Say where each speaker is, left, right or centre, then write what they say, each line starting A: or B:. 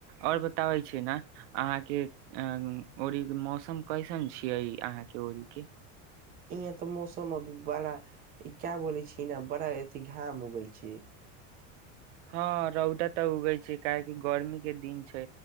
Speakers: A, on the right; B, on the right.
A: आओर बताबै छी ने अहाँके ओड़ीके मौसम कैसन छियै अहाँके ओरीक के।
B: इहाँ तऽ मौसम अभी बड़ा ई क्या बोले छी ने बड़ा अथ घाम हो गेलल छी।
A: हँ रौदा तऽ उगै छै क। गर्मी के दिन छै।